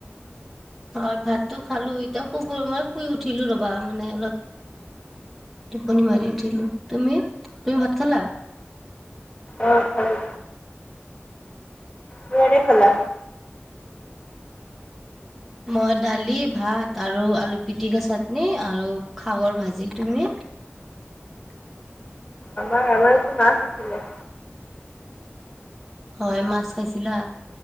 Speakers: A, in the centre; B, on the left.
A: হয় ভাতটো খালোঁ‌। এতিয়া শুবই মই শুই উঠিলো ৰ'বা মানে অলপ টোপনি মাৰি উঠিলো। তুমি তুমি ভাত খালা?
B: অ' খালো। কিহেৰে খালা?
A: মই দালি ভাত আৰু আলু পিটিকা, চাটনি আৰু খাগৰ ভাজি। তুমি?
B: আমাৰ, আমাৰ আজি মাছ আছিলে।
A: হয় মাছ খাইছিলা,